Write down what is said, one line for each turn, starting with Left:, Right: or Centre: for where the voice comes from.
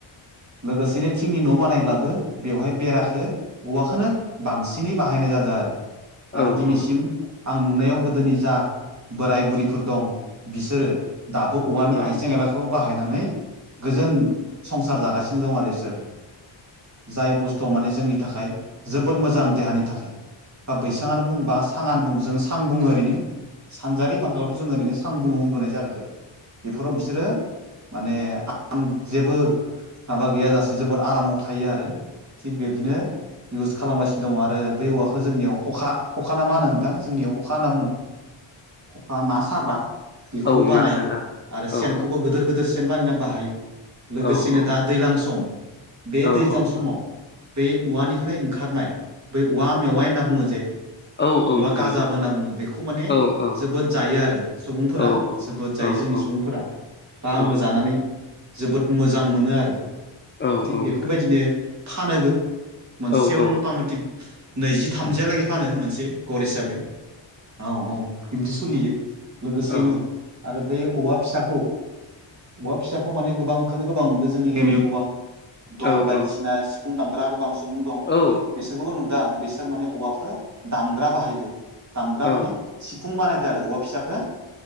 Right: लोगोसेनो थिंनि न' बानायब्लाबो बेवहाय बेराखो औवाखोनो बांसिनै बाहायनाय जादों आरो आरो
Left: औ
Right: दिनैसिम
Left: औ
Right: आं नुनायाव गोदोनि जा बोराय बुरिफोर दं बिसोरो दाबो औवानि
Left: औ
Right: आइजें आइला खौ बाहायनानै गोजोन संसार जागासिनो दं आरो बिसोर जाय बुस्थुआव माने जोंनि थाखाय जोबोद मोजां देहानि थाखाय बा बैसांआानो बा बुं बा सांआनो बुं जों सां बुङो ओरैनो सानजारि भाखायावथ' जों ओरैनो आं बुङो उन्दुनाय जागाखो बेफोराव बिसोरो माने आं जेबो माबा गैयाजासे जोबोर आरामाव थायो आरो थिग बिबदिनो इउस खालामगासिनो दं आरो बे औवाखो जोंनियाव खखा खखाना मा होन थां जोंनियाव खखा होनना बुङो खखा ना साग्रा बेखौबो
Left: औ
Right: बानायो
Left: ना साग्रा
Right: आरो
Left: औ
Right: सेनखौबो गो गोदोर गोदोर सेन बानायना बाहायो लोगोसेनो
Left: औ औ
Right: दा दैज्लां सम बे
Left: औ
Right: दैज्लां
Left: औ
Right: समाव बे औवानिफ्राय ओंखारनाय बै औवा मेवाइ होनना बुङो जे
Left: औ
Right: औवा
Left: नोंथां
Right: गाजाबो होनना बुङो बेखौ माने
Left: औ औ
Right: जोबोद जायो आरो सुबुंफोरा
Left: औ
Right: जोबोद
Left: औ
Right: जायो जोंनि
Left: औ
Right: सुबुंफोरा बा
Left: औ
Right: आंबो जानानै जोबोद मोजां मोनो आरो
Left: औ
Right: थिग
Left: औ नोंथां
Right: बेफोरबायदिनो फानोबो मोनसेयावनो
Left: औ औ
Right: मता मति नैजि थामजियालागै फानो मोनसे गर हिसाबै औ औ बिब्दि सोलियो लोगोसेनो
Left: औ
Right: आरो बे औवा फिसाखौ औवा फिसाखौ माने गोबांखौनो गोबां नुदों जों जोंनि गामियाव गोबां दल
Left: औ
Right: बायदिसिना सिफुं दामग्रा गोबां सुबुं दं
Left: औ
Right: बिसोरखौबो नुदो आं बिसोर माने औवाखौ दामग्रा बाहायदो दामग्रा
Left: औ
Right: माने सिफुं बानायदो आरो औवा फिसाखो